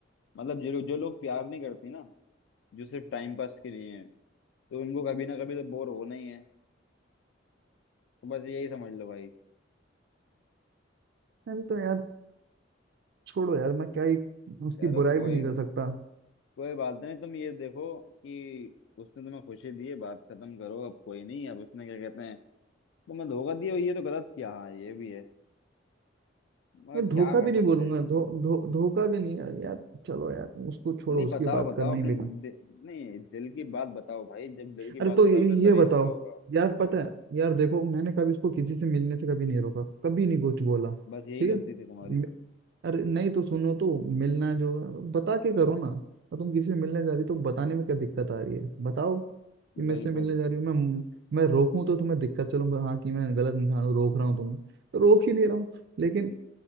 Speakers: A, on the left; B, on the right.
A: मतलब जो जो लोग प्यार नहीं करते ना जो सिर्फ टाइम पास के लिए हैं तो उनको कभी ना कभी तो बोर होना ही है तो बस यही समझ लो भाई
B: अरे तो यार छोड़ो यार मैं क्या ही उसकी
A: चलो
B: बुराई
A: कोई
B: भी नहीं कर सकता
A: कोई बात नहीं तुम ये देखो कि उसने तुम्हें खुशी दी है बात खत्म करो अब कोई नहीं अब उसने क्या कहते हैं तुम्हें धोखा दिया ये तो गलत किया हाँ ये भी है मगर
B: मैं
A: क्या
B: धोखा
A: कर
B: भी
A: सकते
B: नहीं बोलूंगा
A: हैं
B: धो धो धोखा भी नहीं यार यार, चलो यार उसको छोड़ो
A: नहीं
B: उसकी
A: बताओ
B: बात
A: बताओ
B: करना
A: अपने
B: ही बेकार
A: दि, नहीं दिल की बात बताओ भाई जब दिल की
B: अरे
A: बात
B: तो
A: बताओगे
B: ये
A: तभी
B: ये बताओ
A: हल्का होगा
B: यार पता है यार देखो मैंने कभी इसको किसी से मिलने से कभी नहीं रोका कभी नहीं कुछ बोला
A: बस यही
B: ठीक
A: गलती
B: है
A: थी तुम्हारी
B: म- अरे नहीं तो सुनो तो मिलना जो है, बता के करो ना और तुम किसी से मिलने जा रही हो, तो बताने में क्या दिक्कत आ रही है बताओ कि मैं
A: बिल्कुल
B: इससे मिलने जा रही हूँ मैं मैं रोकूं तो तुम्हें दिक्कत चलो मैं- हाँ कि मैं गलत इंसान हूँ रोक रहा हूँ तुम्हें तो रोक ही नहीं रहा हूँ लेकिन